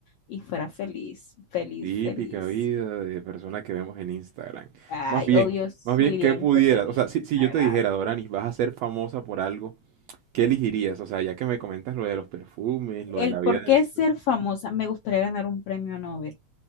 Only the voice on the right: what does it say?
Típica
vida de persona que vemos en Instagram.
Más bien,
más bien, ¿qué pudieras?
O
sea, si, si yo te dijera, Doranis, vas a ser famosa por algo, ¿qué elegirías? O sea, ya que me comentas lo de los perfumes, lo
de la
vida de
ensueño.